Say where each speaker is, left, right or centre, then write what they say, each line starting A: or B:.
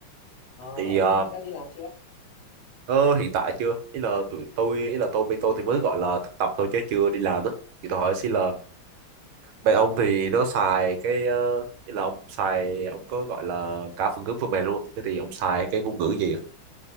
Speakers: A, on the left (about 55°); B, on the right (about 75°).
A: Ờ,
B: Thì
A: ông
B: ờ,
A: đã đi làm chưa
B: Ờ, hiện tại chưa ý là tụi tôi ý là tôi bây tôi thì mới gọi là thực tập thôi chứ chưa đi làm đó thì tôi hỏi xin là bạn ông thì nó xài cái ờ, ý là ông xài ông có gọi là cả phần cứng phần mềm luôn thế thì ông xài cái ngôn ngữ gì á?